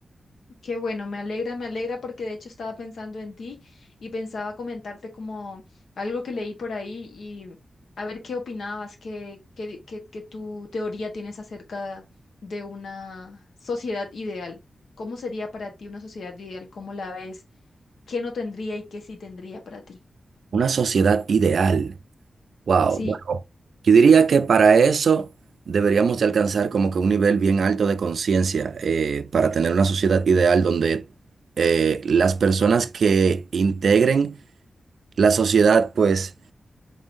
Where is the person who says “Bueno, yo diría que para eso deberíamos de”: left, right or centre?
Right